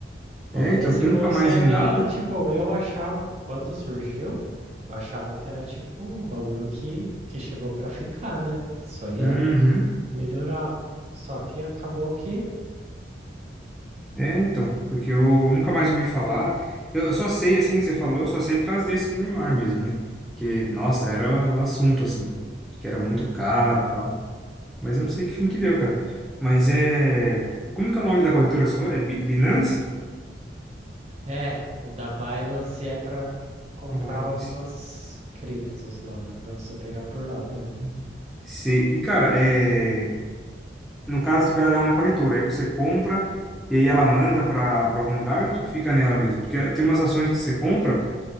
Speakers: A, on the right (about 35°); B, in the centre.
A: Vamos
B: É, então,
A: ver se
B: porque eu
A: conseguem.
B: nunca mais vi nada.
A: Tipo, eu achava, quando surgiu, eu achava que era tipo um bagulho que, que chegou pra ficar, né? E que só ia
B: Uhum.
A: melhorar. Só que acabou que.
B: É, então, porque eu nunca mais ouvi falar. Eu, eu só sei, assim, que você falou, eu só sei por causa desse do Neymar mesmo, né? Que, nossa, era o assunto, assim, que era muito caro e tal. Mas eu não sei que fim que deu, cara. Mas é. Como que é o nome da corretora que você falou? É Bi- Binance?
A: É, o da Binance é pra comprar
B: Binance.
A: algumas criptos lá, dá pra você pegar por lá também.
B: Sei. E, cara, é. No caso, tipo, ela é uma corretora, aí você compra e aí ela manda pra, pra algum lugar ou, tipo, fica nela mesmo? Porque tem umas ações que você compra